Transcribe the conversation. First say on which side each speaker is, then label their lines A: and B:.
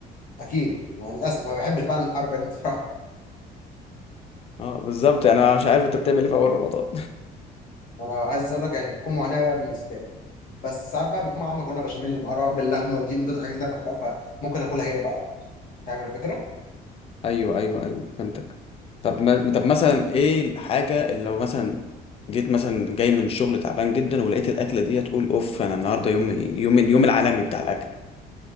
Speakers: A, on the left (about 55°); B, on the left (about 35°).
A: اكيد أنا للاسف ما بحبش بعمل الحركه دي بصراحه
B: اه بالظبط يعني انا مش عارف انت بتعمل ايه في اول رمضان
A: انا عايز اقول لك يعني بتكون معاناه بقى بالنسبه لي بس ساعات بقى بيكون معاها مكرونه بشاميل معاها باللحمه ودي من ضمن الحاجات اللي انا بحبها فممكن اكلها هي بقى فاهم الفكره
B: ايوه ايوه ايوه فهمتك طب ما... طب مثلا ايه الحاجه اللي لو مثلا جيت مثلا جاي من الشغل تعبان جدا ولقيت الاكله دي هتقول اوف انا النهارده يوم يوم اليوم العالمي بتاع الاكل